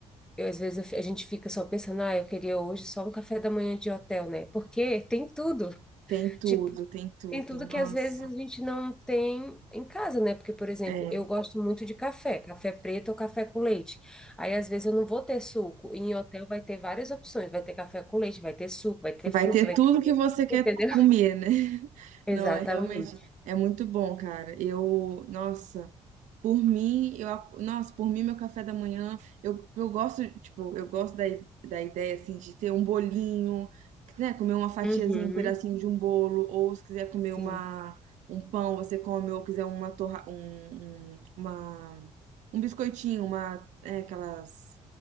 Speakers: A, in the centre; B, on the right (about 80°).
A: eu, às vezes eu fi- a gente fica só pensando, ah, eu queria hoje só um café da manhã de hotel, né? Porque tem tudo.
B: tem tudo,
A: Tipo,
B: tem tudo.
A: tem tudo que
B: Nossa,
A: às vezes a gente não tem em casa, né? Porque, por exemplo,
B: é,
A: eu gosto muito de café, café preto ou café com leite. Aí, às vezes, eu não vou ter suco. E em hotel vai ter várias opções. Vai ter café com leite, vai ter suco, vai ter fruta,
B: vai ter
A: vai
B: tudo
A: ter.
B: que você quer
A: Entendeu?
B: comer,
A: <laughs>
B: né? <laughs>
A: Exatamente.
B: Não, é realmente, é muito bom, cara. Eu, nossa. Por mim, eu, ac- nossa, por mim, meu café da manhã, eu, eu gosto, tipo, eu gosto da, i- da ideia, assim, de ter um bolinho, né, comer uma fatiazinha,
A: Uhum.
B: um pedacinho de um bolo, ou se quiser comer
A: Sim.
B: uma, um pão, você come, ou quiser uma torra, um, um- uma, um biscoitinho, uma, é, aquelas,